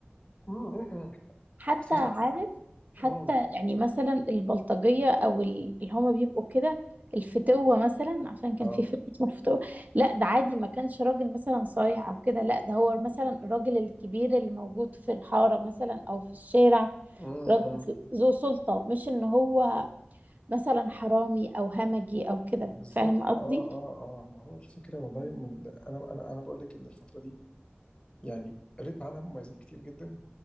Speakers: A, on the left; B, on the right.
A: مم، مم، مم،
B: حتى
A: صعب
B: عارف حتى
A: مم،
B: يعني مثلا البلطجية أو ال- اللي هما بيبقوا كده الفتوة مثلا عشان كان
A: اه
B: في فيلم اسمه الفتوة لا ده عادي ما كانش راجل مثلا صايع أو كده لا ده هو مثلا الراجل الكبير اللي موجود في الحارة مثلا أو في الشارع
A: مم،
B: راجل
A: مم.
B: ذو سلطة مش إن هو مثلا حرامي أو همجي أو كده
A: بالظبط
B: فاهم قصدي؟
A: اه اه اه ما هو الفكرة والله إن ال... أنا أنا أنا بقول لك إن الفترة دي يعني قريت عنها مميزات كتير جدا